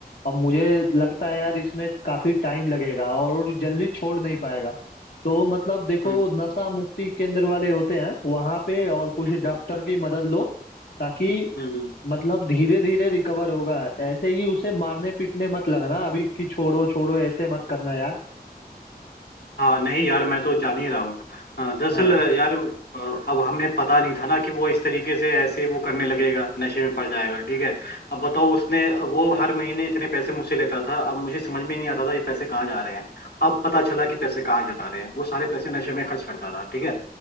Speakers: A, on the left; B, on the left.
A: अब मुझे लगता है यार इसमें काफी टाइम लगेगा और जल्दी छोड़ नहीं पाएगा तो मतलब देखो
B: हम्म
A: नशा मुक्ति केंद्र वाले होते हैं वहां पे और कुछ
B: हम्म
A: डॉक्टर
B: हम्म,
A: की मदद लो ताकि
B: हम्म, हम्म।
A: मतलब धीरे धीरे रिकवर होगा ऐसे ही उसे मारने पीटने मत लगना अभी कि छोड़ो छोड़ो ऐसे मत करना यार
B: हाँ नहीं यार मैं तो जान ही रहा हूँ अ, दरअसल
A: हाँ
B: अ, यार अ, अब हमें पता नहीं था ना कि वो इस तरीके से ऐसे वो करने लगेगा नशे में पड़ जाएगा ठीक है अब बताओ उसने वो हर महीने इतने पैसे मुझसे लेता था अब मुझे समझ में नहीं आता था ये पैसे कहाँ जा रहे हैं अब पता चला कि पैसे कहाँ जा रहे हैं वो सारे पैसे नशे में खर्च करता था ठीक है